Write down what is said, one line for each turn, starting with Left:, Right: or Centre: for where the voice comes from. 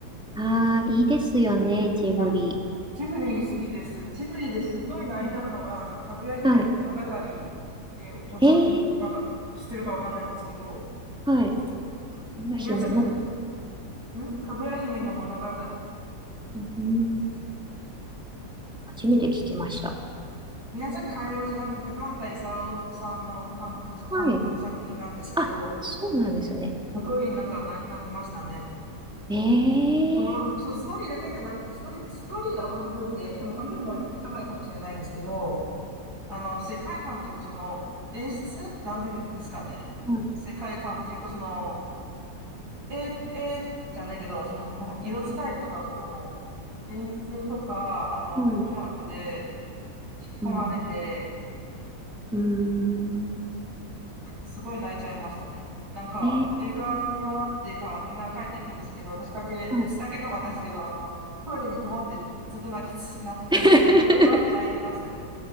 Centre: ああ、いいですよね、ジブリ。
Right: あジブリ好きです。ジブリですっごい泣いたのが、
Centre: うん
Right: あの、かぐや姫の物語っ
Centre: はい。
Right: てご存、
Centre: ええ
Right: わか、知ってるかわかんないんですけど、
Centre: はい。かぐや姫の
Right: 宮崎は、んかぐや姫の物語。
Centre: うん、初めて聞きました。
Right: 宮崎駿じゃなくて高畑勲さんの監、
Centre: はい。
Right: 監督の作品なんですけど、
Centre: あ、そうなんですね。
Right: すごいなんか泣泣きましたね。
Centre: ええ
Right: その、そのストーリーだけじゃなくて、ストーリー、ストーリーが半分で、多分半分もいかないかもしれないんですけど、あの、世界観っていうか、その、演出なんていうんですかね。
Centre: ーはい、
Right: 世界観っていうか、その、え、え、じゃないけど、その、<laughs> 色使いとか、その、演出とか、あの、
Centre: はい、
Right: 音楽で引き込まれて、
Centre: うん、うーん、
Right: すごい泣いちゃいましたね。なんか、
Centre: ええー
Right: 映画見終わってからみんな帰っていくんですけど、私だけ、
Centre: はい。
Right: 私だけかわかんないですけど、あの、トイレにこもってずっと泣きつ、泣き続けてた。
Centre: <laughs>
Right: しばらく泣いてましたよ。